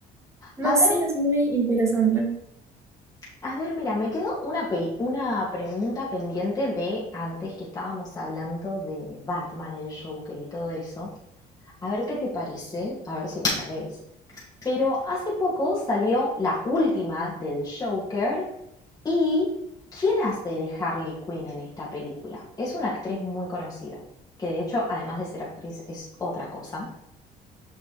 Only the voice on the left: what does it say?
A ver,
a ver, mira, me quedó una pel- una pregunta pendiente de antes que estábamos hablando de Batman, el Joker y todo eso. A ver qué te parece, a ver si la sabes. Pero hace poco salió la última del Joker ¿Y quién hace de Harley Quinn en esta película? Es una actriz muy conocida, que de hecho, además de ser actriz, es otra cosa.